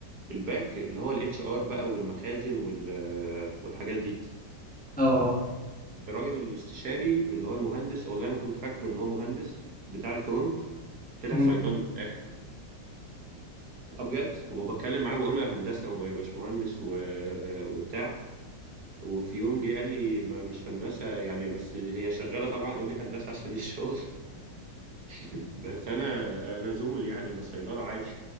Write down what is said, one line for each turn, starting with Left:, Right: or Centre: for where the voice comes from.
Right: الباك اللي هو الاتش ار بقى والمخازن وال- آه، والحاجات دي
Centre: اه آه.
Right: الراجل الاستشاري اللي هو المهندس او اللي انا كنت فاكره ان هو مهندس بتاع الفرونت طلع
Centre: م.
Right: صيدلي في الاخر اه بجد وبتكلم معاه بقول له يا هندسه ويا باشمهندس و... وبتاع وفي يوم جه قال لي ما مش هندسه يعني بس هي شغاله طبعا قول لي هندسه عشان الشغل <laughs> بس انا انا زمل يعني انا صيدله عادي